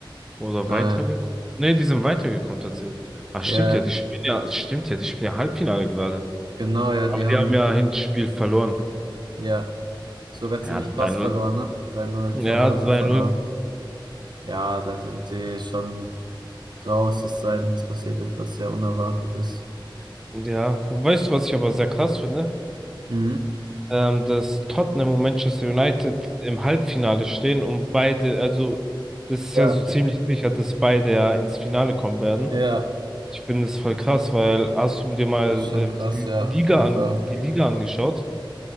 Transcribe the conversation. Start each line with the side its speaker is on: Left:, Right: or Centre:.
Centre: Oder
Right: Äh,
Centre: weitergekommen. Nee, die sind weitergekommen tatsächlich. Ah, stimmt
Right: ja,
Centre: ja, die spielen ja, stimmt ja, die spielen ja Halbfinale gerade.
Right: genau, ja,
Centre: Aber
Right: die haben,
Centre: die haben ja Hinspiel verloren.
Right: ja. Sogar
Centre: Ja,
Right: ziemlich
Centre: 3
Right: krass
Centre: null,
Right: verloren, ne? 3-0
Centre: Ja,
Right: zu Hause
Centre: 3
Right: verloren.
Centre: null,
Right: Ja, da sind sie schon raus, es sei denn, es passiert etwas sehr Unerwartetes.
Centre: Ja, weißt du, was ich aber sehr krass finde?
Right: Mhm.
Centre: ähm, dass Tottenham und Manchester United im Halbfinale stehen und beide, also das ist
Right: Ja,
Centre: ja so ziemlich sicher, dass beide ja ins Finale kommen werden.
Right: ja,
Centre: Ich finde es voll krass, weil hast du dir mal
Right: das ist schon
Centre: ähm,
Right: krass,
Centre: die
Right: ja,
Centre: Liga
Right: auf jeden
Centre: an,
Right: Fall.
Centre: die Liga angeschaut?